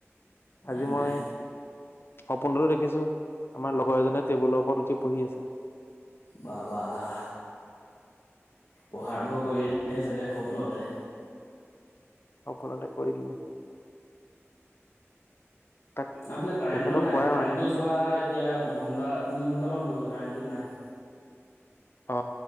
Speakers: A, on the left (about 70°); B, on the left (about 50°).
A: নাই
B: আজি
A: নাই
B: মই সপোনটো দেখিছো আমাৰ লগৰ এজনে টেবুলৰ ওপৰত উঠি পঢ়ি আছে।
A: বাহ বাহ। পঢ়া আৰম্ভ কৰিদিলে এজনয়ে সপোনতে
B: সপোনতে কৰি দিলে। তাক
A: নফালে কাৰেণ্টটো
B: তেখেতক
A: নাই
B: কোৱাই
A: কাৰেণ্টটো
B: হোৱা
A: যোৱা- এতিয়া দুঘন্টা তিনি ঘণ্টামান হৈ গ'ল কাৰেণ্টটো নাই।
B: অ